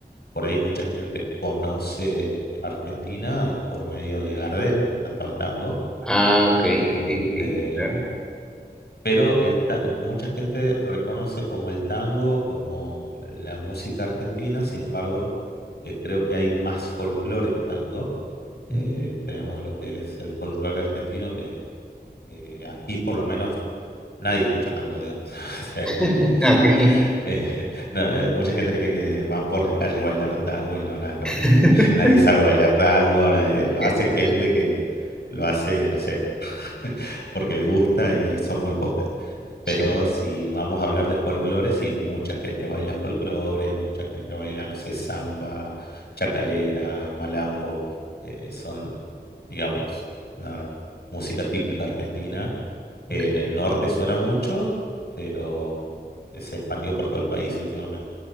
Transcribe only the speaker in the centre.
Ah, ok, ok,
ok, claro.
Ujú.
<laughs>
Ah, ok.
<laughs>
Ya,
ok,
Sí,
ok,